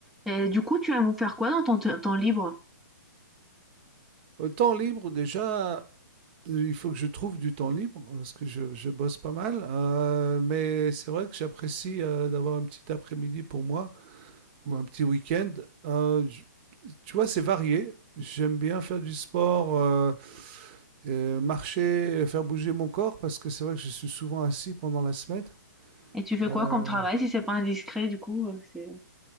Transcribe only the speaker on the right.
Au temps libre, déjà, euh, il faut que je trouve du temps libre parce que je, je bosse pas mal. Euh, mais c'est vrai que j'apprécie euh, d'avoir un petit après-midi pour moi ou un petit week-end. Euh, j- tu vois, c'est varié. J'aime bien faire du sport, euh, euh, marcher, faire bouger mon corps parce que c'est vrai que je suis souvent assis pendant la semaine.
Euh,